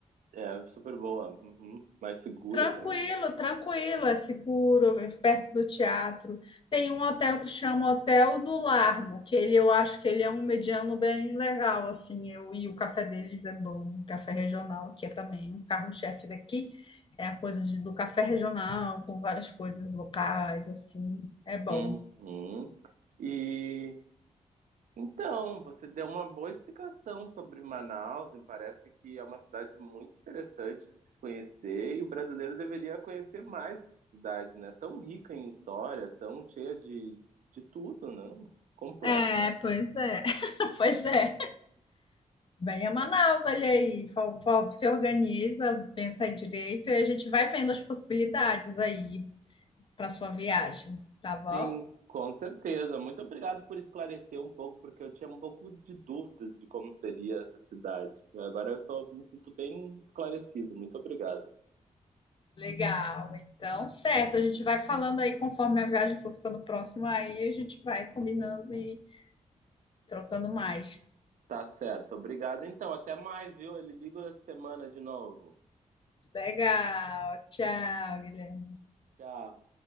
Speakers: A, on the right; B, on the left.
A: É, super boa, uhum, mais segura
B: Tranquilo,
A: também.
B: tranquilo, é seguro, é perto do teatro. Tem um hotel que chama Hotel do Largo, que ele eu acho que ele é um mediano bem legal, assim, eu e o café deles é bom, o café regional, que é também um carro-chefe daqui, é a coisa de- do café regional, com várias coisas locais, assim, é bom.
A: Uhum. E Então, você deu uma boa explicação sobre Manaus, me parece que é uma cidade muito interessante de se conhecer e o brasileiro deveria conhecer mais essa cidade, né? Tão rica em história, tão cheia de, de tudo, não? Completa.
B: É, pois é. <laughs> Pois é, venha a Manaus, olha aí, fa- fa- se organiza, pensa aí direito e a gente vai vendo as possibilidades aí. para sua viagem, tá bom?
A: Sim, com certeza. Muito obrigado por esclarecer um pouco, porque eu tinha um pouco de dúvidas de como seria essa cidade. Agora eu tô, me sinto bem esclarecido. Muito obrigado.
B: Legal. Então, certo, a gente vai falando aí conforme a viagem for ficando próxima aí, a gente vai combinando e trocando mais.
A: Tá certo. Obrigado então. Até mais, viu? Ele liga essa semana de novo.
B: Legal. Tchau, Guilherme.
A: Tchau.